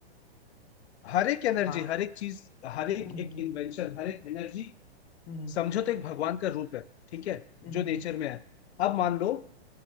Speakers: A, on the left; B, on the left.
A: हर एक एनर्जी
B: हाँ
A: हर एक चीज हर एक
B: हम्म
A: एक
B: हम्म
A: इन्वेंशन हर एक एनर्जी
B: हम्म हम्म,
A: समझो तो एक भगवान का रूप है ठीक है
B: हम्म,
A: जो नेचर
B: हम्म,
A: में है अब मान लो